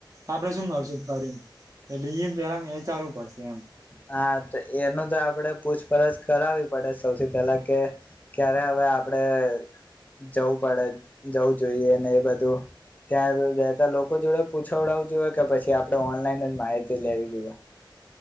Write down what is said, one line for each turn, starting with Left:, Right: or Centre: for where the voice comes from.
Right: આપડે શું કરશું ફરીંગ એટલે ઈ પેલા મે ચાલું પડશે એમ.
Left: હા તો એનું તો આપડે પૂછપરછ કરાવવી પડે સૌથી પેલા કે ક્યારે હવે આપડે અહ જવું પડે જવું જોઈએ ને એ બધું ત્યાં જતા લોકો જોડે પૂછવડાવું જોઈએ કે પછી આપડે ઓનલાઈન જ માહિતી લેવી જોઈએ.